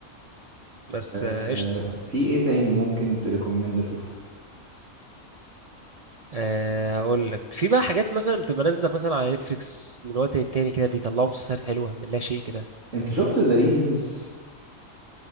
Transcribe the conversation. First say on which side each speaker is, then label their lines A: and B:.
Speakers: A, on the right; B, on the right.
A: بس
B: آه
A: آه، قشطه
B: في ايه تاني ممكن تريكومند اشوفه
A: أه هقول لك في بقى حاجات مثلا بتبقى نازله مثلا على نتفليكس من وقت للتاني كده بيطلعوا مسلسلات حلوه من لا شيء كده
B: انت شفت ذا ريزيدنس